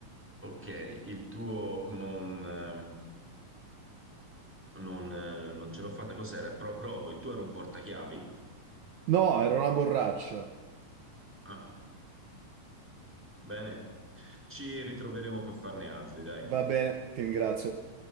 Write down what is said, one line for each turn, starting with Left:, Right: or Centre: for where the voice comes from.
Centre: Ok, il tuo non, eh, non, eh, non ce l'ho fatta. Cos'era? Pro- provo, il tuo era un portachiavi?
Right: No, era una borraccia.
Centre: Ah, bene. Ci ritroveremo per farne altri, dai.
Right: Va bene, ti ringrazio.